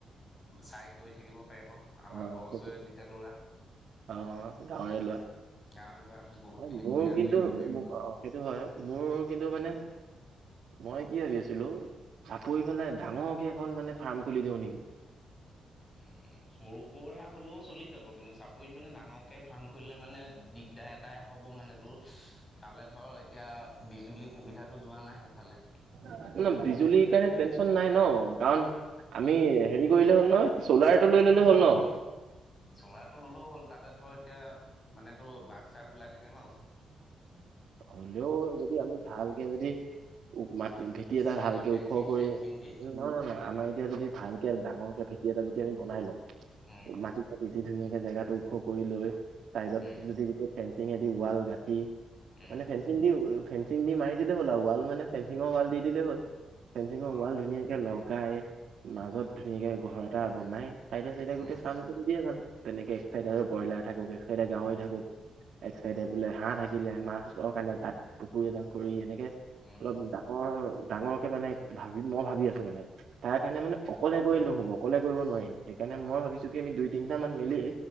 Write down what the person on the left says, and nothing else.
চাই কৰি থাকিব। পাৰিব আমাৰ
ঘৰৰ
ওচৰৰে যেতিয়া ল'ৰা
গাঁৱলৈ আহি বহুতখিনি সুবিধা
কৰি দিব পাৰিব ন।
উ সৰু সুৰা হলেও চলি যাব কিন্তু চাপৰিত মানে ডাঙৰকে ফাৰ্ম খুলিলে মানে দিগদাৰ দাই হব মানে তোৰ তালৈ ধৰ এতিয়া বিজুলী সুবিধাতটো যোৱা নাই নে
চলাৰটো ললেও হ'ল তাতে ধৰ এতিয়া মান তটো বাঘ চাগ ওলাই থাকে ন অ
চাইডৰ
ফেঞ্চিং
চেঞ্চিং দি
উম
উম
উম
অ
উম
উম